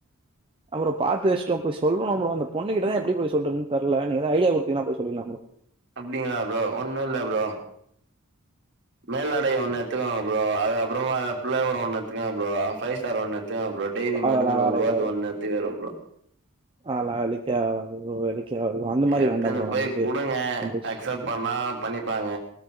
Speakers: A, on the right (about 25°); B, on the right (about 55°).
A: அப்றோ பாத்து வச்ட்டோ போய் சொல்லணு ப்ரோ அந்த பொண்ணுக்கிட்டதா எப்டி போய் சொல்றதுன் தெர்ல நீங்க எதா ஐடியா குடுத்தீங்கன்னா போய் சொல்லில்லா ப்ரோ
B: அப்டிங்களா ப்ரோ ஒன்னு இல்ல ப்ரோ மேலாடைய ஒண்ணு எத்துக்கோங்க ப்ரோ அது அப்புறமா எதா பிளவர் ஒண்ணு எத்துக்கோங்க ப்ரோ ஃபை ஸ்டார் ஒண்ணு எத்துகோங்க ப்ரோ டெய்ரி
A: அதெல்லாம்
B: மேடுகு நூறுவாது
A: வேலைக்கு
B: ஒண்ணு எத்துக்க ப்ரோ
A: ஆலா வெலிக்கு ஆவாது ப்ரோ வெலி க்கே ஆவாது ப்ரோ மாரி
B: எத்துன்னு
A: வேண்டாம் ப்ரோ
B: போய்
A: நம்மளுக்கு
B: குடுங்க
A: நம்மளுக்கு
B: அக்சப்ட் பண்ணா பண்ணிப்பாங்க